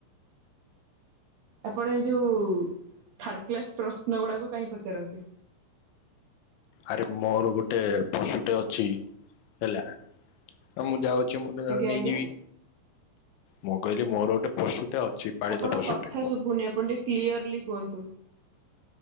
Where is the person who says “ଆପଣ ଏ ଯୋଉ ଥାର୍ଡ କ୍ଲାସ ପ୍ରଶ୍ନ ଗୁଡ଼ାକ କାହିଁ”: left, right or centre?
Right